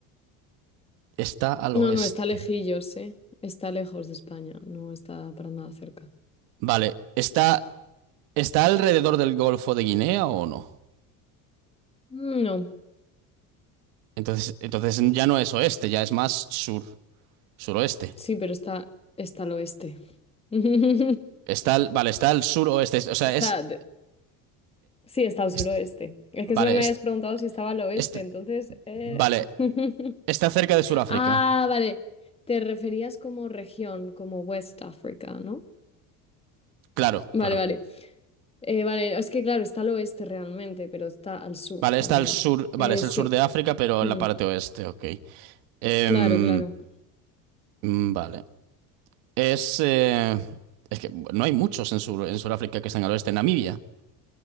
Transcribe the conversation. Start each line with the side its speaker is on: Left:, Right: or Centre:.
Right: está al
Left: No,
Right: oeste.
Left: no, está lejillos, ¿eh? Está lejos de España, no está para nada cerca.
Right: Vale, ¿está, está alrededor del Golfo de Guinea o no?
Left: Mm, No,
Right: Entonces, entonces ya no es oeste, ya es más sur, suroeste.
Left: sí, pero está, está al oeste. <laughs>
Right: Está al- vale, está al suroeste, o sea,
Left: Está,
Right: es,
Left: Sí, está al suroeste.
Right: es-
Left: Es
Right: vale,
Left: que solo me
Right: es,
Left: habías preguntado si estaba al oeste,
Right: este-
Left: entonces... eh,
Right: vale,
Left: <laughs>
Right: está cerca de Sudáfrica.
Left: Ah, vale. Te referías como región, como West Africa, ¿no?
Right: Claro,
Left: Vale,
Right: claro.
Left: vale. Eh, vale, es que claro, está al oeste realmente, pero está al sur
Right: Vale,
Left: también.
Right: está al sur, vale,
Left: Eh,
Right: es el
Left: sí.
Right: sur de África, pero
Left: Mm,
Right: en la parte oeste, ok. Em,
Left: Claro, claro.
Right: mm, vale. Es, eh, es que no hay muchos en sur, en Sudáfrica que están al oeste. Namibia.